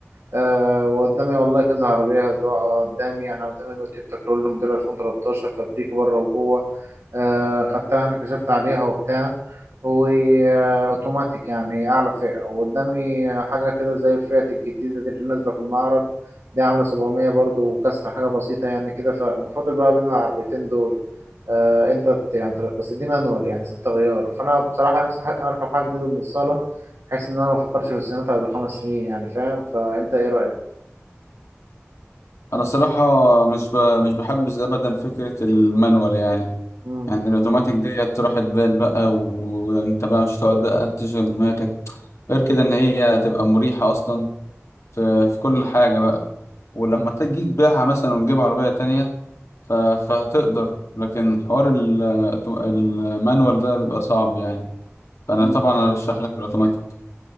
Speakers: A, on the right; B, on the left.
A: أه وقدامي والله كذا عربية هتقع قدامي يعني قدامي تويوتا كرول موديل 2013 فابريك بره وجوه آه، خدتها انا كشفت عليها وبتاع واوتوماتيك يعني اعلى فئة وقدامي حاجة كده زي الفئات الجديدة دي اللي نازلة في المعرض دي عاملة 700 برضو وكسر حاجة بسيطة يعني كده فبفضل بقى بين العربيتين دول آه انت ت- يعني تر- بس دي مانوال يعني ست غيار فانا بصراحة نفسي ح- اركب حاجة جديدة من الصالة بحيث ان انا ما افكرش في الصيانات قبل خمس سنين يعني فاهم فانت ايه رأيك؟
B: انا صراحة مش ب... مش بحبذ ابدا فكرة المانوال يعني
A: امم
B: يعني الاوتوماتيك ديت راحت بال بقى وانت بقى مش هتقعد بقى تشغل دماغك غير كده ان هي تبقى مريحة اصلا في... في كل حاجة بقى ولما تجي تبيعها مثلا وتجيب عربية تانية ف... فهتقدر لكن حوار ال... الأوتو- المانوال ده بيبقى صعب يعني فانا
A: امم
B: طبعا ارشح لك الاوتوماتيك